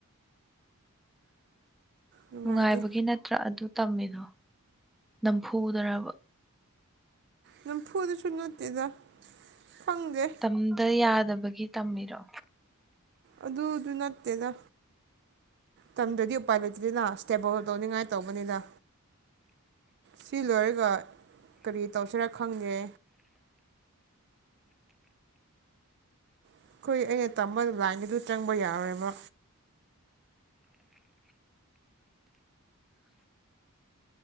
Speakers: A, on the right; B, in the centre.
A: ꯅꯨꯡꯉꯥꯏꯗꯦ
B: ꯅꯨꯡꯉꯥꯏꯕꯒꯤ ꯅꯠꯇ꯭ꯔꯥ ꯑꯗꯨ ꯇꯝꯃꯤꯗꯣ ꯅꯝꯐꯨꯗꯔꯕ
A: ꯅꯝ ꯐꯨꯗꯁꯨ ꯅꯠꯇꯦꯗ ꯈꯪꯗꯦ
B: ꯇꯝꯗ ꯌꯥꯗꯕꯒꯤ ꯇꯝꯃꯤꯔꯣ
A: ꯑꯗꯨ ꯑꯗꯨ ꯅꯠꯇꯦꯗ ꯇꯝꯗ꯭ꯔꯗꯤ ꯎꯄꯥꯥꯏꯂ ꯅꯠꯇ꯭ꯔꯤꯂ ꯏꯁ꯭ꯇꯦꯕꯜ ꯇꯧꯅꯤꯡꯉꯥꯏ ꯇꯧꯕꯅꯤꯗ ꯁꯤ ꯂꯣꯏꯔꯒ ꯀꯔꯤ ꯇꯧꯁꯤꯔꯥ ꯈꯪꯒꯦ ꯑꯩꯈꯣꯏ ꯑꯩꯅ ꯇꯝꯕ ꯂꯥꯏꯟ ꯑꯗꯨ ꯆꯪꯕ ꯌꯥꯔꯣꯏꯕ